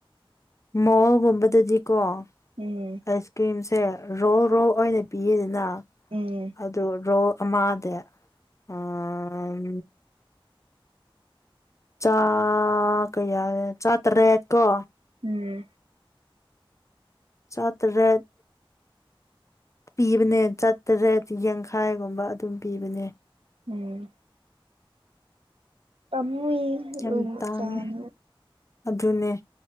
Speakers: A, on the left; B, on the right.
A: ꯃꯣ ꯀꯕꯇꯖꯤ ꯀꯣꯁ
B: ꯎꯝ
A: ꯀ꯭꯭ꯔꯔꯤꯝꯁ ꯁꯦ ꯔꯣ ꯔꯣ ꯑꯣꯏꯅ ꯄꯤꯌꯦꯗꯅ
B: ꯎꯝ
A: ꯑꯗꯨ ꯔꯣ ꯑ ꯃꯥꯗꯦ ꯑꯝ ꯆꯥ ꯀ ꯌꯥꯔꯦ ꯆꯥꯠꯇꯔꯦ ꯀꯣ
B: ꯎꯝ
A: ꯆꯠꯔꯦꯠ ꯄꯤꯕꯅꯦ ꯆꯥꯇꯔꯦꯠ ꯌꯥꯡꯈꯥꯏꯒꯨꯝꯕ ꯑꯗꯨꯝ ꯄꯤꯕꯅꯦ
B: ꯎꯝ ꯄꯃꯨ
A: ꯌꯥꯝ
B: ꯃ
A: ꯇꯥꯡꯉꯦ
B: ꯆꯥꯅꯤ
A: ꯑꯗꯨꯅꯦ